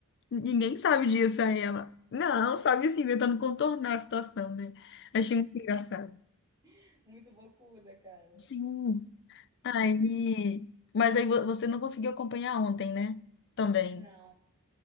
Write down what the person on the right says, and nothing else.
<laughs> Muito bocuda, cara.
Não,